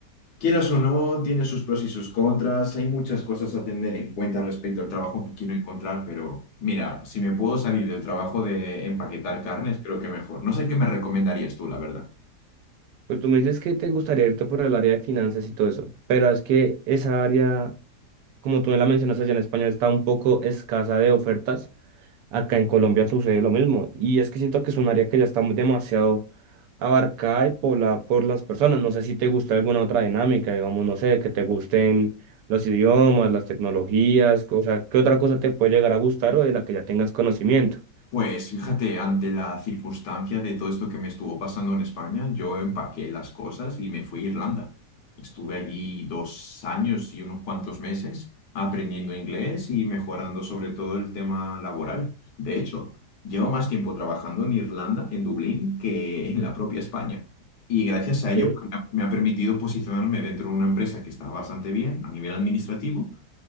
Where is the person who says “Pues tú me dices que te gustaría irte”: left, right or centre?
Right